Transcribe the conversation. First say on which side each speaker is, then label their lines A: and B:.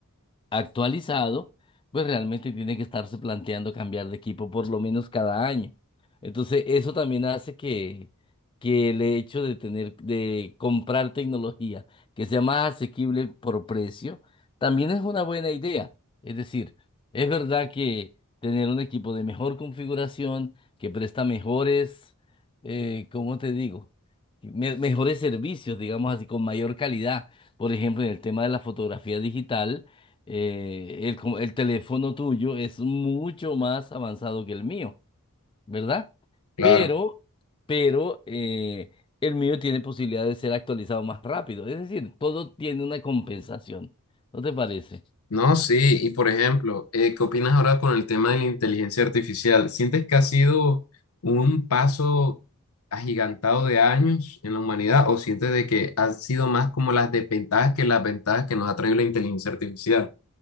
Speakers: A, on the left; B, on the left.
A: actualizado, pues realmente tiene que estarse planteando cambiar de equipo por lo menos cada año. Entonces, eso también hace que, que el hecho de tener, de comprar tecnología que sea más asequible por precio, también es una buena idea. Es decir, es verdad que tener un equipo de mejor configuración, que presta mejores, eh, ¿cómo te digo? me- mejores servicios, digamos así, con mayor calidad. Por ejemplo, en el tema de la fotografía digital eh, el, com- el teléfono tuyo es mucho más avanzado que el mío, ¿verdad?
B: Claro.
A: Pero, pero eh, el mío tiene posibilidad de ser actualizado más rápido. Es decir, todo tiene una compensación. ¿No te parece?
B: No, sí. Y por ejemplo, eh, ¿qué opinas ahora con el tema de la inteligencia artificial? ¿Sientes que ha sido un paso agigantado de años en la humanidad o sientes de que han sido más como las desventajas que las ventajas que nos ha traído la inteligencia artificial?